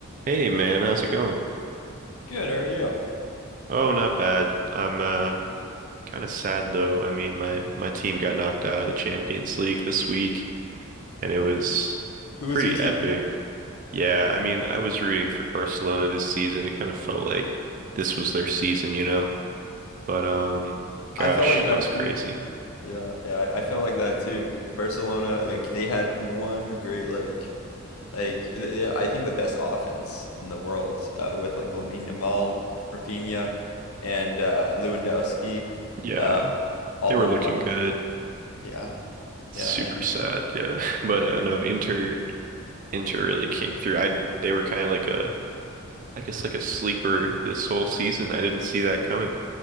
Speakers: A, on the right; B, on the left.
A: Hey man, how's it going?
B: Good, how are you?
A: Oh, not bad. I'm uh kind of sad though. I mean, my my team got knocked out of the Champions League this week and it was
B: Who
A: pretty
B: was your team
A: epic.
B: again?
A: Yeah, I mean, I was rooting for Barcelona this season. It kind of felt like this was their season, you know? But um gosh,
B: I felt like that
A: that was
B: too.
A: crazy.
B: Yeah, yeah, I I felt like that too. Barcelona, like they had one great like like th- th- I think the best offense in the world uh, with like Lamine Yamal, Rafinha, and uh, Lewandowski,
A: Yeah,
B: um, all
A: they were
B: in
A: looking
B: one.
A: good.
B: Yeah,
A: Super
B: yeah, and
A: sad, yeah. <laughs> But uh no, Inter Inter really came through. I they were kind of like a I guess like a sleeper this whole season. I didn't see that coming.